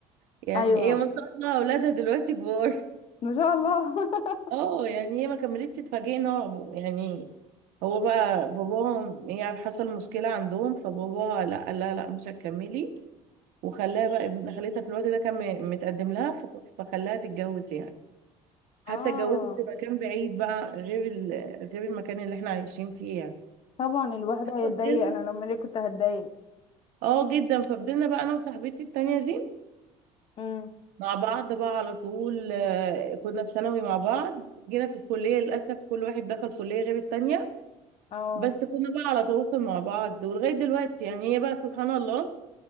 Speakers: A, on the right; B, on the left.
A: يعني
B: ايوه
A: هي ما شاء الله اولادها دلوقتي كبار
B: ما شاء الله <laughs>
A: اه يعني هي ما كملتش اتفاجئنا يعني هو بقى باباها يعني حصل مشكلة عندهم فباباها لا قال لها لا مش هتكملي وخلاها بقى ابن خالتها في الوقت ده كان م- متقدم لها ف- فخلاها تتجوز يعني حتى
B: اه
A: اتجوزت في مكان بعيد بقى غير ال... غير المكان اللي احنا عايشين فيه يعني
B: طبعا الواحد هيتضايق
A: ففضلنا
B: انا لما ليه كنت هتضايق
A: اه جدا ففضلنا بقى انا وصاحبتي التانية دي
B: امم
A: مع بعض بقى على طول آه، كنا في ثانوي مع بعض جينا في الكلية للأسف كل واحد دخل كلية غير التانية
B: اه
A: بس كنا بقى على تواصل مع بعض ولغاية دلوقتي يعني هي بقى سبحان الله